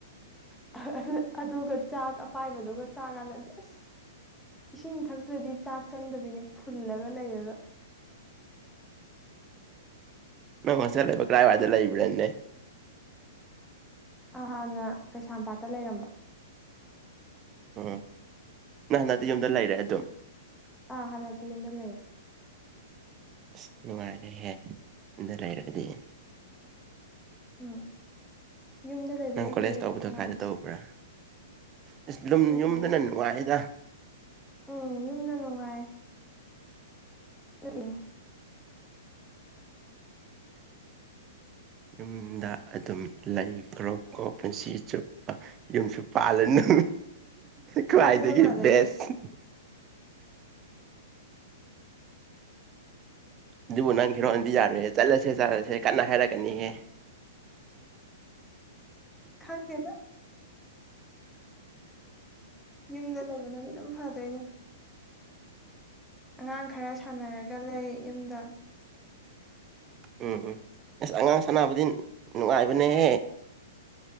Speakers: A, in the centre; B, on the right (about 30°).
A: ꯑꯍꯍ ꯑꯗꯨꯒ ꯆꯥꯛ ꯑꯄꯥꯏꯕꯗꯨꯒ ꯆꯥ ꯀꯥꯟꯗꯗꯤ ꯑꯁ ꯏꯁꯤꯡ ꯊꯛꯇ꯭ꯔꯗꯤ ꯆꯥꯛ ꯆꯪꯗꯕꯤꯅꯤ ꯐꯨꯜꯂꯒ ꯂꯩꯔꯒ
B: ꯅꯪ ꯍꯣꯁꯇꯦꯜ ꯂꯩꯕ ꯀꯥꯔꯥꯏ ꯋꯥꯏꯗ ꯂꯩꯕ꯭ꯔꯅꯦ
A: ꯑ ꯍꯥꯟꯅ ꯀꯩꯁꯥꯝꯄꯥꯠꯇ ꯂꯩꯔꯝꯕ
B: ꯎꯝ ꯅꯪ ꯍꯟꯗꯛꯇꯤ ꯌꯨꯝꯗ ꯂꯩꯔꯦ ꯑꯗꯨꯝ
A: ꯑꯥ ꯍꯥꯟꯗꯛꯇꯤ ꯌꯨꯝꯗ ꯂꯩ
B: ꯑꯁ ꯅꯨꯡꯉꯥꯏꯔꯦꯍꯦ ꯌꯨꯝꯗ ꯂꯩꯔꯕꯗꯤ
A: ꯎꯝ ꯌꯨꯝꯗ ꯂꯩꯕꯅ
B: ꯅꯪ ꯀꯣꯂꯦꯖ
A: ꯍꯦꯜꯂꯦꯗ
B: ꯇꯧꯕꯗꯣ
A: ꯅꯨꯡꯉꯥꯏꯕꯁꯦ
B: ꯀꯥꯏꯗ ꯇꯧꯕ꯭ꯔꯥ ꯑꯁ ꯑꯗꯨꯝ
A: ꯀꯣꯂꯦꯖ
B: ꯌꯨꯝꯗꯅ ꯅꯨꯡꯉꯥꯏꯗ
A: ꯎꯝ ꯌꯨꯝꯅ ꯅꯨꯡꯉꯥꯏ ꯑꯗꯨꯅꯅꯦ
B: ꯌꯨꯝꯗ ꯑꯗꯨꯝ ꯂꯩꯈ꯭ꯔꯣ ꯀꯣ ꯄꯨꯟꯁꯤ ꯆꯨꯞꯄ ꯌꯨꯝꯁꯨ ꯄꯥꯜꯂꯅꯨ ꯀ꯭ꯋꯥꯗꯒꯤ
A: ꯑꯗꯨꯅ ꯐꯗꯣꯏꯅꯦ
B: ꯕꯦꯁ ꯎꯝ ꯑꯗꯨꯕꯨ ꯅꯪ ꯍꯤꯔꯣꯅꯗꯤ ꯌꯥꯔꯣꯏꯍꯦ ꯆꯠꯂꯁꯦ ꯆꯠꯂꯁꯦ ꯀꯟꯅ ꯍꯥꯏꯔꯛꯀꯅꯤꯍꯦ
A: ꯈꯪꯗꯦꯗ ꯌꯨꯝꯗ ꯂꯧꯕꯅꯗꯤ ꯑꯗꯨꯝ ꯐꯗꯣꯏꯅꯦ ꯑꯉꯥꯡ ꯈꯔ ꯁꯥꯟꯅꯔꯒ ꯂꯩ ꯌꯨꯝꯗ
B: ꯎꯝ ꯎꯝ ꯑꯁ ꯑꯉꯥꯡ ꯁꯥꯟꯅꯕꯗꯤ ꯅꯨꯡꯉꯥꯏꯕꯅꯦꯍꯦ